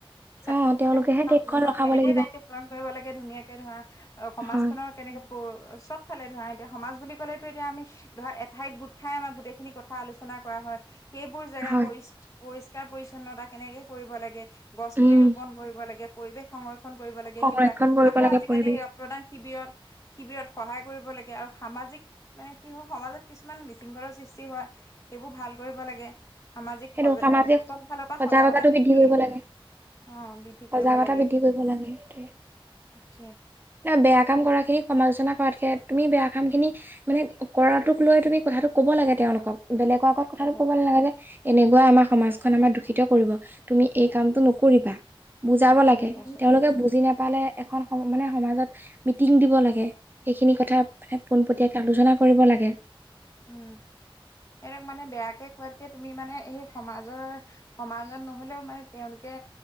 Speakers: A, on the left (about 35°); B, on the right (about 20°).
A: ছাত্ৰসকলে
B: অ' তেওঁলোকেহে
A: উঠি
B: দেশখন
A: প্ৰজন্ম
B: ৰখাব
A: সেহেতিহে
B: লাগিব
A: দায়িত্ব পালন কৰিব লাগে ধুনীয়াকে ধৰা সমাজখনৰ
B: হয়
A: কেনেকে চব ফালে ধৰা এতিয়া সমাজ বুলি ক'লেটো এতিয়া আমি ধৰা এঠাইত গোট খাই আমাৰ গোটেইখিনি কথা আলোচনা কৰা হয় সেইবোৰ জেগা
B: হয়
A: পৰি পৰিষ্কাৰ-পৰি্ছন্নতা কেনেকে কৰিব লাগে, গছ-পুলি
B: উম
A: ৰোপন কৰিব লাগে, পৰিৱেশ সংৰক্ষণ ক্ষণ কৰিব লাগে
B: সংৰক্ষণ
A: সেইবিলাক
B: কৰিব
A: আকৌ
B: লাগে
A: আজিকালি
B: পৰিৱেশ
A: ৰক্তদান শিবিৰত শিবিৰত সহায় কৰিব লাগে আৰু সামাজিক মানে কি হয় সমাজত কিছুমান বিশৃংখলৰ সৃষ্টি হয় সেইবোৰ ভাল কৰিব লাগে, সামাজিক
B: সেইটো
A: সজাগ
B: সামাজিক
A: চব ফালৰ পৰা
B: সজাগতাটো
A: সজাগতা বৃদ্ধি
B: কৰিব
A: অ
B: লাগে
A: বৃদ্ধি
B: সজাগতা
A: কৰিব লাগে
B: বৃদ্ধি কৰিব লাগে সেইটোৱে
A: তাকে
B: বেয়া কাম কৰাখিনিক সমালোচনা কৰাতকে তুমি বেয়া কামখিনি মানে কৰাটোকলৈ তুমি কথাটো ক'ব লাগে তেওঁলোকক বেলেগৰ আগত
A: হয়
B: কথাটো
A: হয়
B: কব লাগে যে এনেকুৱাই আমাৰ সমাজখন আমাৰ দূষিত কৰিব তুমি এই কামটো নকৰিবা। বুজাব
A: নকৰিবা
B: লাগে, তেওঁলোকে বুজি নেপালে এখন মানে সমাজত মিটিং দিব লাগে, সেইখিনি কথা মানে পোনপটীয়াকে আলোচনা কৰিব লাগে।
A: উম সিহঁতক মানে বেয়াকে কোৱতকে তুমি মানে সেই সমাজৰ সমাজত নহ'লেও মানে তেওঁলোকে